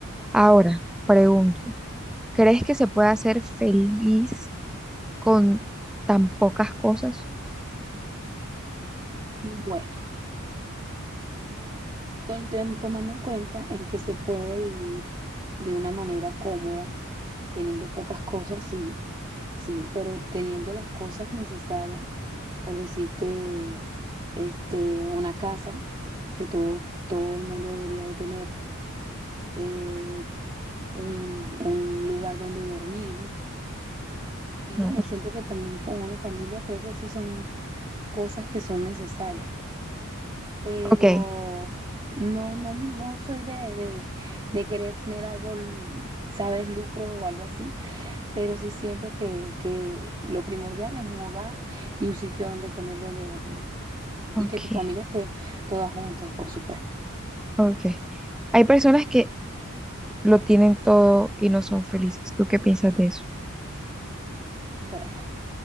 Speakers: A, in the centre; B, on the right.
A: Ahora, pregunto, ¿crees que se puede hacer feliz con tan pocas cosas?
B: Bueno. Tom- tom- Tomando en cuenta en que se puede vivir de una manera cómoda, teniendo pocas cosas, sí, sí, pero teniendo las cosas necesarias, por decirte, este, una casa que todo, todo el mundo debería de tener, eh, un, un lugar donde dormir. Y
A: Mm,
B: bueno, siento que también con una familia creo que esas son cosas que son necesarias. pero
A: Ok,
B: no, no, no soy de, de, de querer tener algo, sabes, lucro o algo así, pero sí siento que, que lo primordial es un hogar y un sitio donde tener donde dormir y
A: ok,
B: que tu familia esté todas juntas, por supuesto.
A: ok. Hay personas que lo tienen todo y no son felices. ¿Tú qué piensas de eso?
B: Bueno,